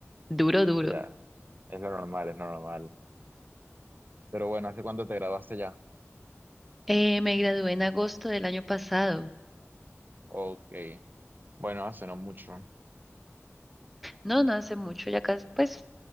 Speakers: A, in the centre; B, on the right.
A: duro, duro.
B: ya, es lo normal, es lo normal. Pero bueno, ¿hace cuánto te graduaste ya?
A: Eh, me gradué en agosto del año pasado.
B: Ok, bueno, hace no mucho.
A: No, no hace mucho, ya casi, pues